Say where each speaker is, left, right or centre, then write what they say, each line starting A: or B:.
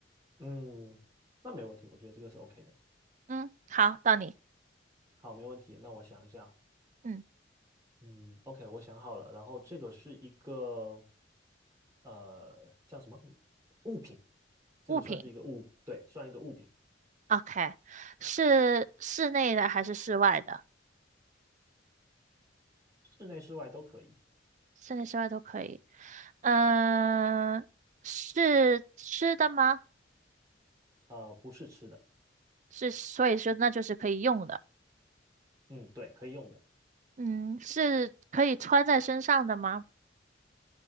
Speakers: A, on the right; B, on the right.
A: 嗯，那没问题，我觉得这个是 OK 的。
B: 嗯，好，到你。
A: 好，没问题。那我想一下，
B: 嗯，
A: 嗯，OK，我想好了。然后这个是一个呃叫什么物品，这个算是一个物，
B: 物品
A: 对，算一个物品，
B: ，OK，是室内的还是室外的？
A: 室内室外都可以。
B: 室内室外都可以。嗯、是吃的吗？
A: 呃，不是吃的，
B: 是，所以说那就是可以用的。
A: 嗯，对，可以用的。
B: 嗯，是可以穿在身上的吗？